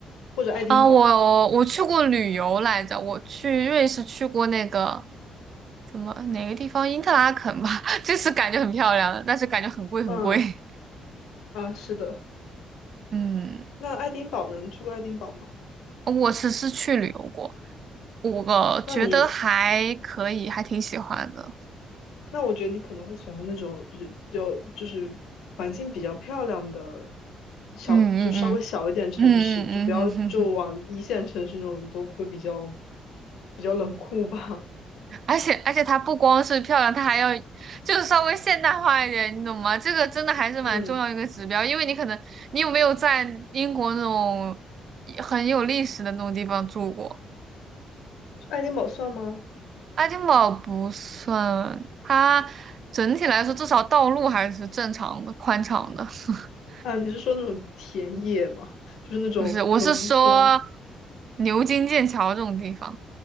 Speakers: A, on the left; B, on the right.
A: 或者爱丁堡。
B: 啊，我我去过旅游来着，我去瑞士去过那个。怎么哪个地方？因特拉肯吧，<laughs> 就是感觉很漂亮但是感觉很贵很贵。
A: 嗯
B: <laughs>
A: 啊，是的。
B: 嗯，
A: 那爱丁堡呢？你去过爱丁堡吗？
B: 我只是去旅游过，我觉得还可以，
A: 那你，
B: 还挺喜欢的。
A: 那我觉得你可能会喜欢那种比较，比较就是环境比较漂亮的小，
B: 嗯嗯嗯
A: 就稍微小一点城市，
B: 嗯嗯嗯嗯，
A: 就不要就往一线城市那种都会比较比较冷酷吧。
B: <laughs> 而且而且它不光是漂亮，它还要就是稍微现代化一点，你懂吗？这个真的还是蛮重要一个指标，
A: <laughs> 嗯，
B: 因为你可能你有没有在英国那种很有历史的那种地方住过？
A: 爱丁堡算吗？
B: 爱丁堡不算，它整体来说至少道路还是正常的、宽敞的。<laughs>
A: 啊，你是说那种田野吗？就是那种农村
B: 不是，我是说牛津、剑桥这种地方